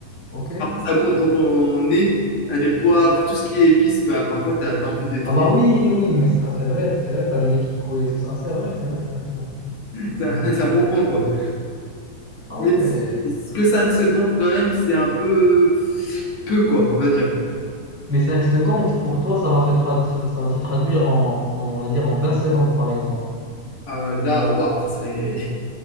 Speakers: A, in the centre; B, on the left.
A: Ok.
B: Après, ça monte dans ton nez. Euh, Les poivres, tout ce qui est épices, bah, parfois, tu as, envie d'éternuer.
A: Ah bah oui, oui, mais c'est ah, c'est vrai, c'est vrai, t'as le nez qui coule et tout ça. Ah, c'est vrai, c'est vrai, c'est vrai, c'est vrai.
B: <laughs> C'est un, c'est un bon point, quoi.
A: Ah
B: Mais
A: ouais.
B: c- que 5 secondes, quand même, c'est un peu peu, quoi, on va dire.
A: Mais 5 secondes, pour toi, ça va se trad- ça va se traduire en, en- on va dire, en vingt secondes, par exemple.
B: Euh, là, waouh, ça serait...